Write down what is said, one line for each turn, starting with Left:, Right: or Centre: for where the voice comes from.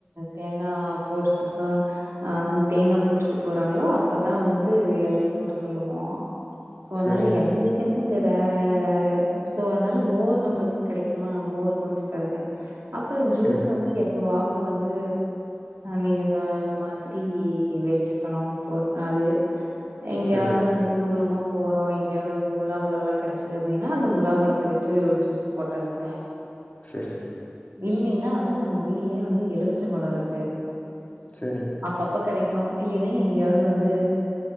Right: தேங்கா போட்றதுக்கா அ வந்து தேங்கா போட்டுட்டு போறாங்களோ அப்பதா வந்து எளநீ போட சொல்லுவோ சோ அதனால
Left: சேரிங்க
Right: எளநீங்கறது இங்க ரே ரேரு சோ அதனால மோர் நம்மளுக்கு கெடைக்குமா மோர் குடிச்சுக்கறது அப்புறோ ஜூஸ்
Left: சேரி
Right: வந்து எப் பவாவுது வந்து நீங்க சொன்ன மாதிரி வெள்ரிப்பழோ போட் னாது எங்கயாவது
Left: சேரிங்க
Right: வந்து தூரமா போறோம் எங்கேயாவது வந்து முலாம்பழோலா கெடச்சா அப்படின்னா அந்த தேட்னினா அந்த முலாம் பழத்த வச்சு ஒரு ஜூஸ போட்டுர்றது
Left: செர்ரி
Right: இல்லீன்னா வந்து நம்ம வீட்லேயே வந்து எலுமிச்ச பழோ இருக்கு
Left: செரி
Right: அப்பப்ப கெடக்கு இல்லைன்னா எங்கேயாவது வந்து